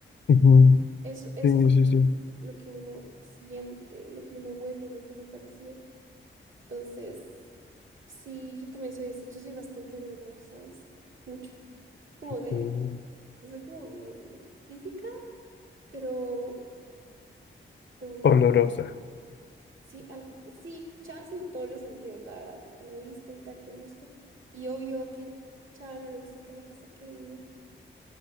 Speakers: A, on the left (about 60°); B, on the right (about 70°).
A: Ujú,
B: Eso, eso
A: Sí,
B: es
A: sí, sí.
B: lo que uno siente, lo que uno huele, lo que uno percibe. Entonces, sí, yo también soy así. Yo soy bastante de oler, ¿sabes? Mucho. Como de,
A: Mm.
B: soy como bien física. Pero doler,
A: Olorosa.
B: sí, algo, sí, chance y todos los sentidos, la verdad, porque la vista, el tacto, el gusto. Y obvio a que Chava no le gusta que la casa queden, ¿no?